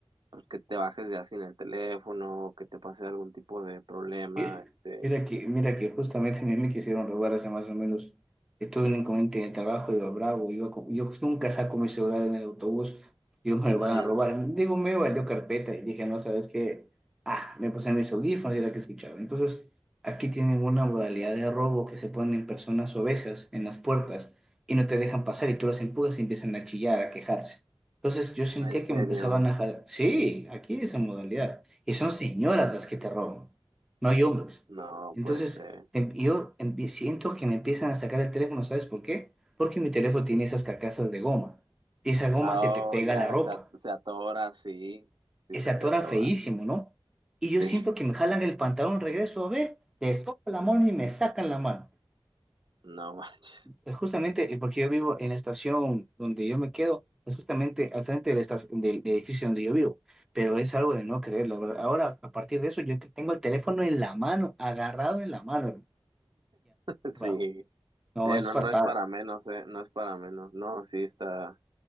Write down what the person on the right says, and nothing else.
pues que te bajes ya sin el teléfono, que te pase algún tipo de problema,
este,
ujú,
En
serio,
no
puede ser.
Ah,
Oh,
ya
se, at- se atora, sí, sí
se
te atora,
sí,
no manches,
<laughs>
sí,
Eh,
no,
no es para menos, eh, no es para menos, no, sí, está,